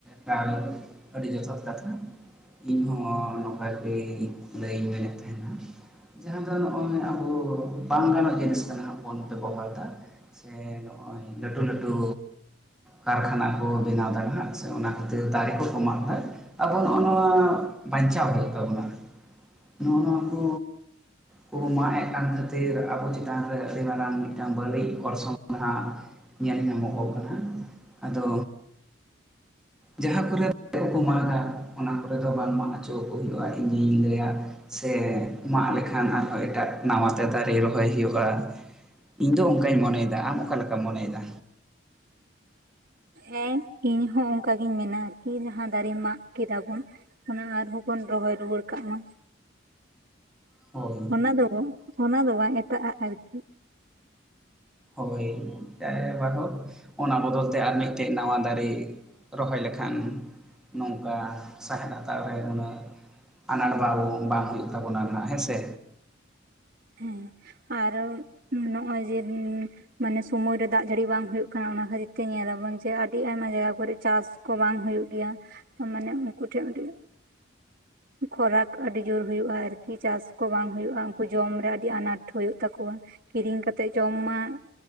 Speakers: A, in the centre; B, on the right.
A: ᱛᱟᱦᱚᱞᱮ ᱟᱹᱰᱤ ᱡᱚᱛᱷᱟᱛ ᱠᱟᱛᱷᱟ᱾ ᱤᱧᱦᱚ ᱱᱚᱝᱠᱟ ᱜᱮ ᱞᱟᱹᱭ ᱤᱧ ᱢᱮᱱᱮᱫ ᱛᱟᱦᱮᱸᱱᱟ᱾ ᱡᱟᱦᱟᱸ ᱫᱚ ᱱᱚᱜ-ᱚᱭ ᱟᱵᱚ ᱵᱟᱝ ᱜᱟᱱᱚᱜ ᱡᱤᱱᱤᱥ ᱠᱟᱱᱟ ᱵᱚᱱ ᱵᱮᱵᱚᱦᱟᱨ ᱫᱟ᱾ ᱥᱮ ᱱᱚᱜᱼᱚᱭ ᱞᱟᱹᱴᱩ ᱞᱟᱹᱴᱩ ᱠᱟᱨᱠᱷᱟᱱᱟ ᱠᱚ ᱵᱮᱱᱟᱣ ᱫᱟ ᱦᱟᱸᱜ ᱥᱮ ᱚᱱᱟ ᱠᱷᱟᱹᱛᱤᱨ ᱫᱟᱨᱮ ᱠᱚ ᱠᱚ ᱢᱟᱜ ᱫᱟ᱾ ᱟᱵᱚ ᱱᱚᱜ-ᱚ ᱱᱚᱣᱟ ᱵᱟᱧᱪᱟᱣ ᱦᱩᱭᱩᱜ ᱛᱟᱵᱚᱱᱟ᱾ ᱱᱚᱜᱼᱚ ᱱᱚᱣᱟ ᱠᱚ ᱠᱚ ᱢᱟᱜ ᱮᱫ ᱠᱟᱱ ᱠᱷᱟᱹᱛᱤᱨ ᱟᱵᱚ ᱪᱮᱛᱟᱱ ᱨᱮ ᱟᱹᱰᱤ ᱢᱟᱨᱟᱝ ᱢᱤᱫᱴᱟᱱ ᱵᱟᱹᱲᱤᱡ ᱚᱨᱥᱚᱝ ᱦᱟᱸᱜ ᱧᱮᱞ ᱧᱟᱢᱚᱜ ᱠᱟᱱᱟ᱾ ᱟᱫᱚ ᱡᱟᱦᱟᱸ ᱠᱚᱨᱮ ᱫᱟᱨᱮ ᱠᱚ ᱢᱟᱜᱟ, ᱚᱱᱟ ᱠᱚᱨᱮ ᱫᱚ ᱵᱟᱝ ᱢᱟᱜ ᱚᱪᱚ ᱟᱠᱚ ᱦᱩᱭᱩᱜᱼᱟ ᱤᱧᱤᱧ ᱞᱟᱹᱭᱟ᱾ ᱥᱮ ᱢᱟᱜ ᱞᱮᱠᱷᱟᱱ ᱟᱨᱦᱚᱸ ᱮᱴᱟᱜ ᱱᱟᱣᱟᱛᱮ ᱫᱟᱨᱮ ᱨᱚᱦᱚᱭ ᱦᱩᱭᱩᱜ-ᱟ᱾ ᱤᱧ ᱫᱚ ᱚᱱᱠᱟᱧ ᱢᱚᱱᱮᱭᱮᱫᱟ᱾ ᱟᱢ ᱚᱠᱟ ᱞᱮᱠᱟᱢ ᱢᱚᱱᱮᱭᱮᱫᱟ?
B: ᱦᱮᱸ ᱤᱧ ᱦᱚᱸ ᱚᱱᱠᱟ ᱜᱤᱧ ᱢᱮᱱᱟ ᱟᱨᱠᱤ, ᱡᱟᱦᱟᱸ ᱫᱟᱨᱮ ᱢᱟᱜ ᱠᱮᱫᱟ ᱵᱚᱱ ᱚᱱᱟ ᱟᱨᱦᱚᱸ ᱵᱚᱱ ᱨᱚᱦᱚᱭ ᱨᱩᱣᱟᱹᱲ ᱠᱟᱜ ᱢᱟ᱾
A: ᱦᱳᱭ
B: ᱚᱱᱟ ᱫᱚ ᱵᱚᱱ ᱚᱱᱟ ᱫᱚ ᱵᱟᱝ ᱮᱴᱟᱜᱼᱟᱜ ᱟᱨᱠᱤ᱾
A: ᱦᱳᱭ <unintelligible> ᱚᱱᱟ ᱵᱚᱫᱚᱞ ᱛᱮ ᱟᱨ ᱢᱤᱫᱴᱮᱡ ᱱᱟᱣᱟ ᱫᱟᱨᱮ ᱨᱚᱦᱚᱭ ᱞᱮᱠᱷᱟᱱ ᱱᱚᱝᱠᱟ ᱥᱟᱦᱮᱫ ᱟᱛᱟᱨ ᱨᱮ ᱩᱩᱱᱟᱹᱜ ᱟᱱᱟᱴ ᱵᱟᱵᱚᱸ ᱵᱟᱝ ᱦᱩᱭᱩᱜ ᱛᱟᱵᱚᱱᱟ ᱱᱟᱷᱟᱜ ᱦᱮᱸ ᱥᱮ
B: ᱦᱮᱸ ᱟᱨᱚ ᱱᱚᱜ-ᱚᱭ ᱡᱮ <unintelligible> ᱢᱟᱱᱮ ᱥᱚᱢᱚᱭ ᱨᱮ ᱫᱟᱜ ᱡᱟᱹᱲᱤ ᱵᱟᱝ ᱦᱩᱭᱚᱜ ᱠᱟᱱᱟ ᱚᱱᱟ ᱠᱷᱟᱹᱛᱤᱨ ᱛᱮ ᱧᱮᱞ ᱟᱵᱚᱱ ᱡᱮ ᱟᱹᱰᱤ ᱟᱭᱢᱟ ᱡᱟᱭᱜᱟ ᱠᱚᱨᱮ ᱪᱟᱥ ᱠᱚ ᱵᱟᱝ ᱦᱩᱭᱩᱜ ᱜᱮᱭᱟ ᱢᱟᱱᱮ ᱩᱱᱠᱩ ᱴᱷᱮᱱ ᱩᱰᱤ ᱠᱷᱚᱨᱟᱠ ᱟᱹᱰᱤ ᱡᱳᱨ ᱦᱩᱭᱩᱜᱼᱟ ᱟᱨᱠᱤ᱾ ᱪᱟᱥ ᱠᱚ ᱵᱟᱝ ᱦᱩᱭᱩᱜᱼᱟ, ᱩᱱᱠᱩ ᱡᱚᱢ ᱨᱮ ᱟᱰᱤ ᱟᱱᱟᱴ ᱦᱩᱭᱩᱜ ᱛᱟᱠᱚᱣᱟ᱾ ᱠᱤᱨᱤᱧ ᱠᱟᱛᱮᱜ ᱡᱚᱢ ᱢᱟ,